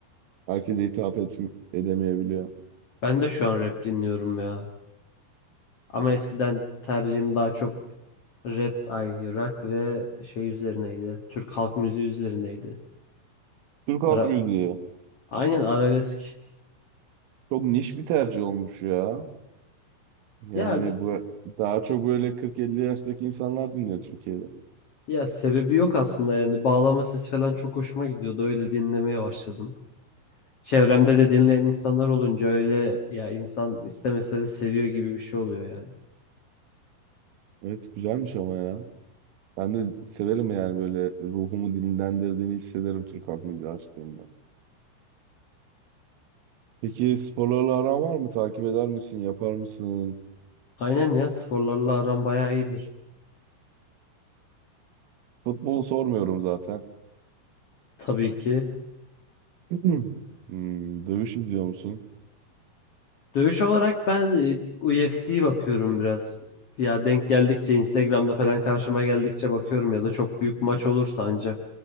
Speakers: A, on the right; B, on the left.
A: Herkese hitap et edemeyebiliyor.
B: Ben de şu an rap dinliyorum ya. Ama eskiden tercihim daha çok rap, ay rock ve şey üzerineydi. Türk halk müziği üzerineydi.
A: Türk
B: Ara,
A: halk müziği
B: aynen arabesk.
A: çok niş bir tercih olmuş ya. Yani
B: Ya bir
A: bu daha çok böyle 40-50 yaştaki insanlar dinliyor Türkiye'de.
B: ya sebebi yok aslında yani bağlama sesi falan çok hoşuma gidiyordu. Öyle dinlemeye başladım. Çevremde de dinleyen insanlar olunca öyle ya insan istemese de seviyor gibi bir şey oluyor yani.
A: Evet güzelmiş ama ya. Ben de severim yani böyle ruhumu dinlendirdiğini hissederim Türk halk müziği açtığımda. Peki sporlarla aran var mı? Takip eder misin? Yapar mısın?
B: Aynen ya sporlarla aram bayağı iyidir.
A: Futbolu sormuyorum zaten.
B: Tabii ki.
A: <clears throat> Hmm, dövüş izliyor musun?
B: Dövüş olarak ben e, UFC'ye bakıyorum biraz. Ya denk geldikçe Instagram'da falan karşıma geldikçe bakıyorum ya da çok büyük maç olursa ancak